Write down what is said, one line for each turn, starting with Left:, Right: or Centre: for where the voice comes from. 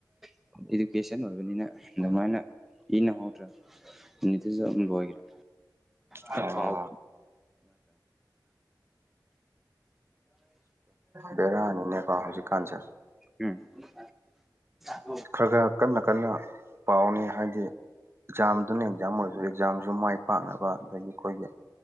Centre: <unintelligible> ꯏꯗꯨꯀꯦꯁꯟ ꯑꯣꯏꯕꯅꯤꯅ ꯑꯗꯨꯃꯥꯏꯅ ꯏ ꯅꯪꯍꯧꯗ꯭ꯔꯥ ꯃꯤꯅꯤꯠꯇꯨꯖꯨ <unintelligible> ꯂꯣꯏꯒꯔꯦ ꯈꯔ
Right: ꯑꯣ
Centre: ꯀꯥꯎ
Right: ꯕꯦꯔꯥꯅꯤꯅꯦꯀꯣ ꯍꯧꯖꯤꯛꯀꯥꯟꯁꯦ
Centre: <unintelligible> <unintelligible> ꯎꯝ <unintelligible>
Right: ꯈꯔ ꯈꯔ ꯀꯟꯅ ꯀꯟꯅ ꯄꯥꯎꯅꯦ ꯍꯥꯏꯗꯤ ꯑꯦꯛꯖꯥꯝꯗꯨꯅ ꯑꯦꯛꯖꯥꯝ ꯑꯣꯏ ꯑꯦꯛꯖꯥꯝꯖꯨ ꯃꯥꯏ ꯄꯥꯛꯅꯕ ꯑꯗꯒꯤ ꯑꯩꯈꯣꯏꯒꯤ